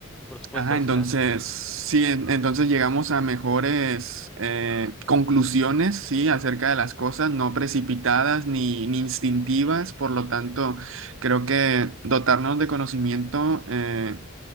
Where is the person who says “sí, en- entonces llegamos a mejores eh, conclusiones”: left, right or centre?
Right